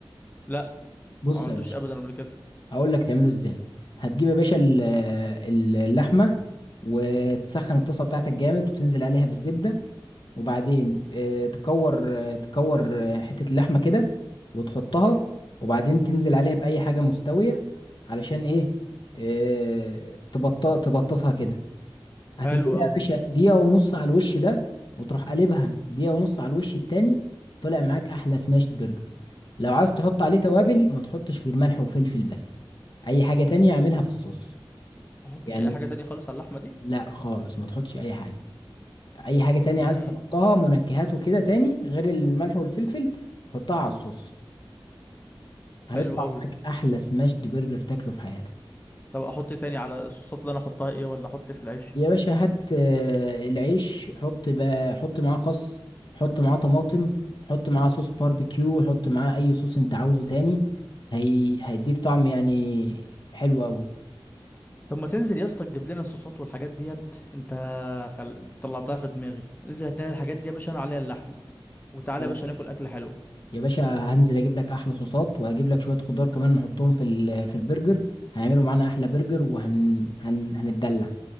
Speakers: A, on the left; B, on the left.
A: لا
B: بص
A: ما عملتوش
B: يا باشا
A: ابدا قبل كده
B: هقول لك تعمله ازاي هتجيب يا باشا ال- ال- اللحمه وتسخن الطاسه بتاعتك جامد وتنزل عليها بالزبده وبعدين آه، تكور آه، تكور آه، حتة اللحمة كده وتحطها وبعدين تنزل عليها بأي حاجة مستوية علشان ايه آه، تبطأ تبططها كده هتديلها
A: حلو قوي
B: يا باشا دقيقة ونص على الوش ده وتروح قلبها دقيقة ونص على الوش التاني طلع معاك أحلى سماشت برجر لو عايز تحط عليه توابل ما تحطش غير ملح وفلفل بس أي حاجة تانية اعملها في الصوص
A: ما احطش
B: يعني
A: اي حاجه تانية خالص على اللحمه دي
B: لا خالص ما تحطش أي حاجة اي حاجة تانية
A: امم
B: عايز تحطها منكهات وكده تاني غير الملح والفلفل حطها على الصوص هيطلع
A: حلو قوي
B: معاك احلى سماشد برجر تاكله في حياتك
A: طب احط إيه تاني على الصوصات اللي انا احطها ايه ولا احط إيه في العيش
B: يا باشا هات آه، العيش حط بقى حط معاه خس حط معاه طماطم حط معاه صوص باربيكيو حط معاه اي صوص انت عاوزه تاني هي هيديك طعم يعني حلو قوي
A: طب ما تنزل يا اسطى تجيب لنا الصوصات والحاجات ديت انت خل... طلعتها في دماغي انزل هات لنا الحاجات دي يا باشا انا عليها اللحمه وتعالى
B: خلاص.
A: يا باشا ناكل اكله حلوه
B: يا باشا هنزل اجيب لك احلى صوصات وهجيب لك شوية خضار كمان نحطهم في ال- في البرجر هيعملوا معانا احلى برجر وهن هن... هنتدلع